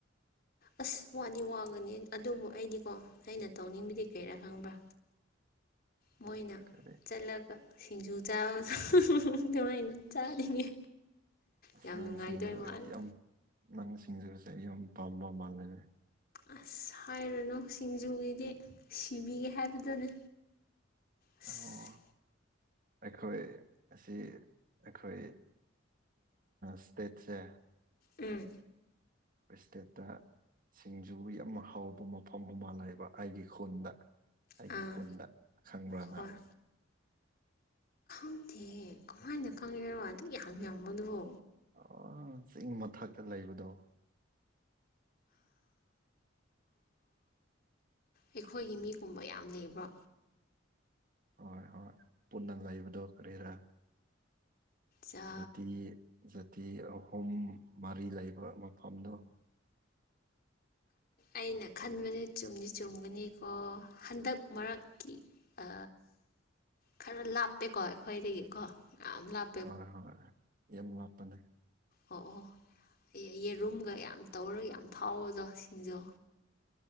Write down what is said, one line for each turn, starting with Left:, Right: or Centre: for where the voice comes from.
Left: ꯑꯁ ꯋꯥꯗꯤ ꯋꯥꯒꯅꯤ ꯑꯗꯨꯕꯨ ꯑꯩꯗꯤꯀꯣ ꯑꯩꯅ ꯇꯧꯅꯤꯡꯕꯗꯤ ꯀꯩꯔꯥ ꯈꯪꯕ꯭ꯔꯥ
Right: <inaudible>
Left: ꯃꯣꯏꯅ
Right: ꯀꯔꯤ
Left: ꯆꯠꯂꯒ ꯁꯤꯡꯖꯨ ꯆꯥꯕꯗ ꯅꯨꯡꯉꯥꯏꯅ ꯆꯥꯔꯤꯉꯦ
Right: ꯑꯁ
Left: ꯌꯥꯝ
Right: ꯅꯪ
Left: ꯅꯨꯡꯉꯥꯏꯗꯣꯏ
Right: ꯁꯤꯡꯖꯨ
Left: ꯃꯥꯂ
Right: ꯌꯥꯝ ꯅꯪ ꯁꯤꯡꯖꯕꯁꯦ ꯑꯩ ꯌꯥꯝ ꯄꯥꯝꯕ ꯃꯥꯜꯂꯦ
Left: ꯑꯁ ꯍꯥꯏꯔꯨꯅꯨ ꯁꯤꯡꯖꯨꯒꯤꯗꯤ ꯁꯤꯕꯤꯒꯦ ꯍꯥꯏꯕꯗꯨꯅꯦ ꯑꯁ
Right: ꯑꯣ ꯑꯩꯈꯣꯏ ꯑꯁꯤ ꯑꯩꯈꯣꯏ ꯁꯇꯦꯠꯁꯦ
Left: ꯎꯝ
Right: ꯇꯦꯠꯠꯇ ꯁꯤꯡꯖꯨ ꯌꯥꯝꯅ ꯍꯥꯎꯕ ꯃꯐꯝ ꯑꯃ ꯂꯩꯕ ꯑꯩꯒꯤ ꯈꯨꯟꯗ ꯑꯩꯒꯤ
Left: ꯑꯥ
Right: ꯈꯨꯟꯗ ꯈꯪꯕ꯭ꯔꯅ
Left: ꯍꯣꯏ ꯈꯪꯗꯦ ꯀꯃꯥꯏꯅ ꯈꯪꯉꯦꯔꯣ ꯑꯗꯨ ꯌꯥꯝ ꯌꯥꯝꯕꯗꯨꯕꯣ
Right: ꯑ ꯆꯤꯡ ꯃꯊꯛꯇ ꯂꯩꯕꯗꯣ
Left: ꯑꯩꯈꯣꯏꯒꯤ ꯃꯤꯒꯨꯝꯕ ꯌꯥꯝ ꯂꯩꯕ꯭ꯔꯣ
Right: ꯍꯣꯏ ꯍꯣꯏ ꯄꯨꯟꯅ ꯂꯩꯕꯗꯣ ꯀꯔꯤꯔ
Left: ꯖꯥ
Right: ꯍꯧꯛꯇꯤ ꯖꯥꯇꯤ ꯑꯍꯨꯝ ꯃꯔꯤ ꯂꯩꯕ ꯃꯐꯝꯗꯣ
Left: ꯑꯩꯅ ꯈꯟꯕꯅꯦ ꯆꯨꯝꯗꯤ ꯆꯨꯝꯒꯅꯤꯀꯣ ꯍꯟꯗꯛ ꯃꯔꯛꯀꯤ ꯑ ꯈꯔ ꯂꯥꯞꯄꯦꯀꯣ ꯑꯩꯈꯣꯏꯗꯒꯤꯀꯣ ꯃꯌꯥꯝ ꯂꯥꯞꯄꯦ
Right: ꯍꯣꯏ ꯍꯣꯏ ꯌꯥꯝ ꯋꯥꯞꯄꯅꯦ
Left: ꯑꯣ ꯑꯣ ꯐ ꯌꯦꯔꯨꯝꯒ ꯌꯥꯝ ꯇꯧꯔꯒ ꯌꯥꯝ ꯐꯥꯎꯕꯗꯣ ꯁꯤꯡꯖꯣ